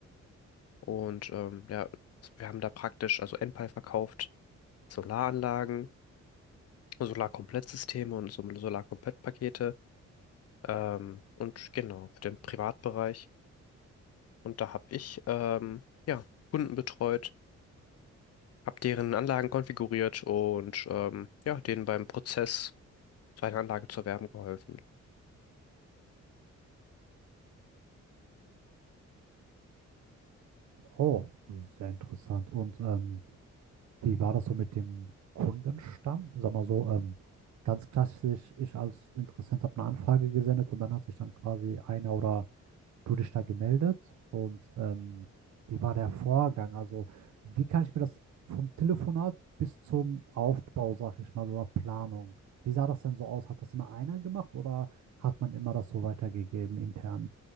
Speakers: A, on the left; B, on the right.
A: und ähm, ja, wir haben da praktisch, also Enpal verkauft Solaranlagen Solarkomplettsysteme und so Solarkomplettpakete. Ähm, und genau, für den Privatbereich. Und da habe ich ähm, ja, Kunden betreut, habe deren Anlagen konfiguriert und ähm, ja, denen beim Prozess, seine Anlage zu erwerben, geholfen.
B: Oh, sehr interessant. Und ähm, wie war das so mit dem Kundenstamm? Sag mal so, ähm, ganz klassisch, ich als Interessent habe eine Anfrage gesendet und dann hat sich dann quasi einer oder du dich da gemeldet und ähm, wie war der Vorgang? Also, wie kann ich mir das vom Telefonat bis zum Aufbau, sag ich mal, oder Planung, wie sah das denn so aus? Hat das immer einer gemacht oder hat man immer das so weitergegeben intern?